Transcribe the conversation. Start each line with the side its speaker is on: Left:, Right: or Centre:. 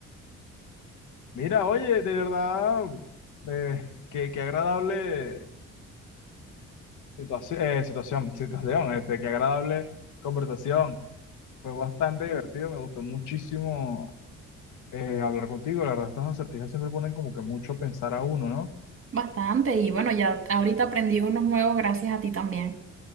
Left: Mira, oye, de verdad, eh, qué, qué agradable Situación, eh, situación, situación, este, qué agradable conversación. Fue bastante divertido, me gustó muchísimo eh, hablar contigo. La verdad, estas acertijas siempre ponen como que mucho a pensar a uno, ¿no?
Right: Bastante. Y bueno, ya ahorita aprendí unos nuevos gracias a ti también.